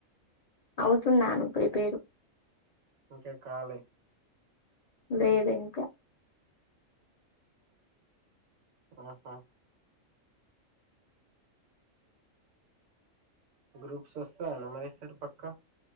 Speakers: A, on the left; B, on the right.
A: అవుతున్నాను ప్రిపేరు
B: ఇంకా కాలే
A: లేదుఇంకా
B: ఆహా గ్రూప్స్ వస్తాయా మరి ఈ సారి పక్క